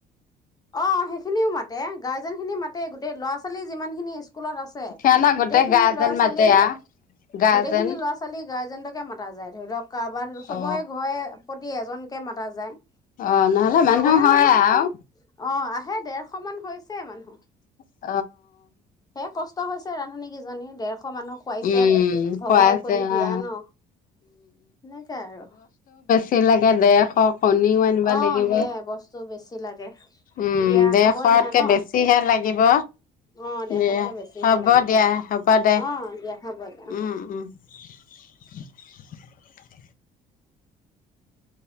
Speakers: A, on the left (about 20°); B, on the left (about 55°).
A: অ সেইখিনিও মাতে গাৰ্জেন খিনি মাতে গোটেই ল'ৰা ছোৱালী যিমানখিনি স্কুলত আছে
B: সিহঁতক
A: গোটেই খিনি
B: গাৰ্জেন
A: লৰা
B: মাতে
A: ছোৱালী
B: আও গাৰ্জেন
A: গোটেই খিনি ল'ৰা ছোৱালী গাৰ্জেন গাজেন মতা যায় ধৰি লওক কাৰোবাৰ চবৰে
B: অ
A: ঘৰে প্ৰতি এজন একে মতা যায়।
B: অ নহ'লে মানুহ
A: লগতে
B: হয়
A: ধৰি লওক
B: আৰু।
A: অ আহে দেৰশ মান হৈছে মানুহ।
B: হয়। <unintelligible>
A: সে কষ্ট হৈছে ৰান্ধনী। কিজীয়ে দেৰ। এশ মানুহ খুৱাইছে
B: উম
A: ভগাই
B: খুৱাইছে
A: কৰি দিয়া
B: অ
A: ন সনেকে আৰু।
B: ছিল লৈকে ডেৰশ। কণীও আনিব
A: অ
B: লাগিব
A: সেইয়াই বস্তু বেছি লাগে
B: উম
A: দিয়া
B: দেৰশতকে
A: হ'ব দিয়া ন
B: বেছিহে লাগিব।
A: অ দেশতকে
B: দিয়া
A: বেছিহে
B: হ'ব
A: লাগে
B: দিয়া হ'ব দে
A: অ দিয়া। হ'ব দিয়া
B: উম উম। <unintelligible>